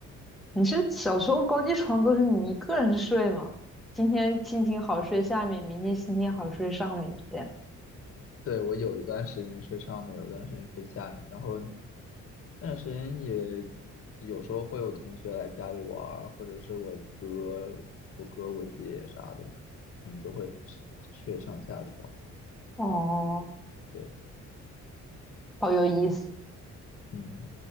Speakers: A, in the centre; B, on the left.
A: 你是小时候高低床都是你一个人睡吗？今天心情好睡下面，明天心情好睡上面，这样。
B: 对，我有一段时间睡上面，有一段时间睡下面，然后那段时间也有时候会有同学来家里玩儿或者是我哥、我哥、我姐啥的，我们就会睡睡上下床。
A: 哦，
B: 对，
A: 好有意思。
B: 嗯。